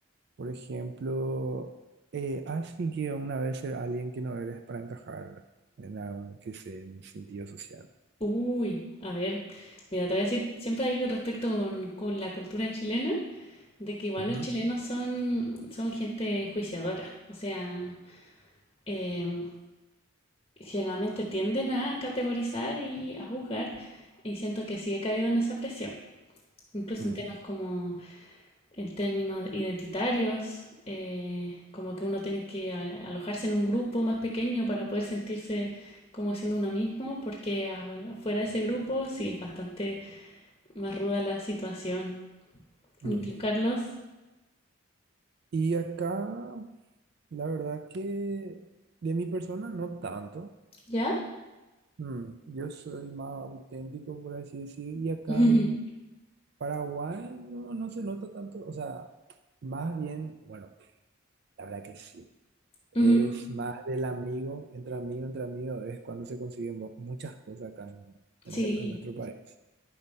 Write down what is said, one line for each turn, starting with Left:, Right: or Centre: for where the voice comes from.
Right: Por ejemplo, eh, ¿has fingido una vez ser alguien que no eres para encajar en algún, qué sé, en sentido social?
Left: Uy, a ver, mira, te voy a decir, siempre hay respecto con, con la cultura chilena, de que igual
Right: Ujú.
Left: los chilenos son, son gente enjuiciadora, o sea, em, generalmente tienden a categorizar y a juzgar, y siento que sí he caído en esa presión, incluso
Right: Mm,
Left: en temas como en términos identitarios, eh, como que uno tiene que a- alojarse en un grupo más pequeño para poder sentirse como siendo uno mismo, porque afuera de ese grupo sí es bastante más ruda la situación.
Right: mm.
Left: ¿Y tú, Carlos?
Right: Y acá, la verdad que de mi persona no tanto.
Left: ¿Ya?
Right: Mm, yo soy más auténtico, por así decir,
Left: <laughs>
Right: y acá
Left: Ujú.
Right: en Paraguay no, no se nota tanto. O sea, más bien, bueno, la verdad que sí. Es
Left: Ujú.
Right: más del amigo, entre amigo, entre amigo, es cuando se consiguen mu- muchas cosas acá en, en
Left: Sí,
Right: nuestro, en nuestro país.